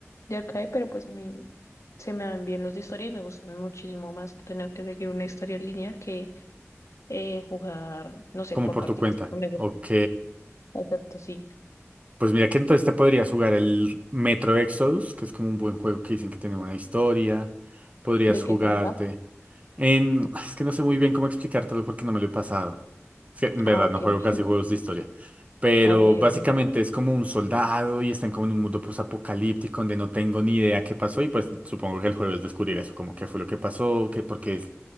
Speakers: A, on the left; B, on the right.
A: de arcade, pero pues a mí se me dan bien los de historia y me gustan muchísimo más tener que seguir una historia en línea que eh, jugar, no sé,
B: como
A: por
B: por
A: partidas.
B: tu cuenta.
A: No me gusta.
B: Ok.
A: Exacto, sí.
B: Pues mira que entonces te podrías jugar el Metro Exodus, que es como un buen juego que dicen que tiene buena historia. Podrías
A: ¿De qué
B: jugarte
A: trata?
B: en... Es que no sé muy bien cómo explicártelo porque no me lo he pasado. Es que en verdad
A: Ah, ok.
B: no juego
A: <laughs>
B: casi juegos de historia. Pero
A: Ah, ok,
B: básicamente
A: ok.
B: es como un soldado y están como en un mundo posapocalíptico donde no tengo ni idea qué pasó y pues supongo que el juego es descubrir eso, como qué fue lo que pasó, qué, porque es,